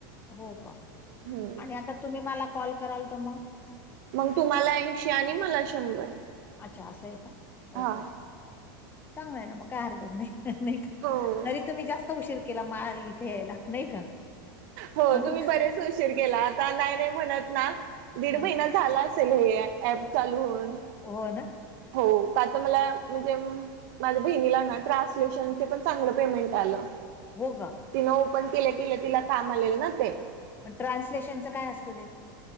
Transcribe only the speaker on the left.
हो का?
आणि आता तुम्ही मला कॉल कराल तर मग.
अच्छा असं आहे का
ओके चांगल आहे ना म काय हरकत नाही. नाही का
तरी तुम्ही जास्त उशीर केला मा इथे यायला. नाही का?
हं,
हं.
हो ना.
हो गा?
ट्रान्सलेशनचं काय असतं ते?